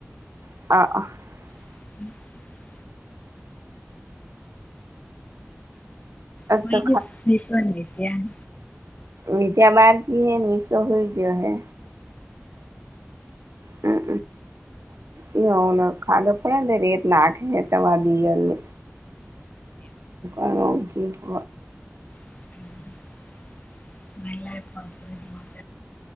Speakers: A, on the right; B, on the left.
A: <inaudible>
B: <inaudible> કોઈ
A: તો
B: વિશ્વની રી ત્યા
A: વિધ્યા બહાર જઈએ ને વિસવ હોઈ ગયો હે હમ હ એ ખાધો પડે રેત નાખે તમા દિયર ને અકકી ક
B: મલા <inaudible>